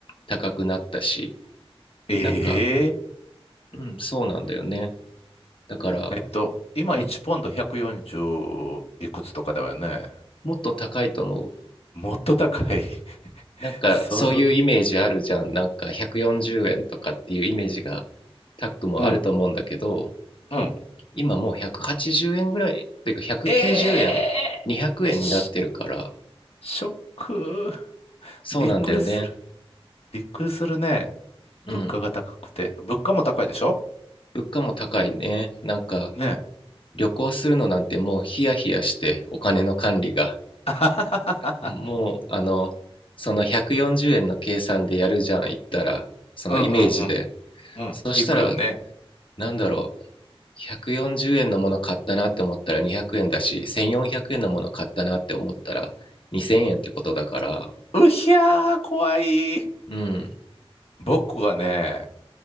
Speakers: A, on the left; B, on the left.
A: 高くなったし、
B: ええ
A: なんか、うん、そうなんだよね。だから、
B: えっと、今1ポンド140いくつとかだよね。
A: うん、もっと高いと思う。
B: もっと高い。<laughs>
A: なんかそういうイメージあるじゃん。
B: 想像。
A: なんか140円とかっていうイメージがタックもあると思うんだけど、
B: うん、うん。
A: 今もう180円ぐらい、ていうか190円、
B: え
A: 200円になってるから、
B: えしショック。
A: そうなんだよね。
B: びっくりする。びっくりするね。
A: うん。
B: 物価が高くて。物価も高いでしょ
A: 物価も高いね。なんか、
B: ねえ。
A: 旅行するのなんてもうヒヤヒヤして、お金の管理が。
B: <laughs>
A: もう、あの、その140円の計算でやるじゃん、言ったら、そのイメージで。
B: うんうんうん。うん。
A: そしたら、
B: 行くよね。
A: なんだろう、140円のもの買ったなって思ったら200円だし、1400円のもの買ったなって思ったら2000円ってことだから、
B: うひゃー、怖い。
A: うん。
B: 僕がね、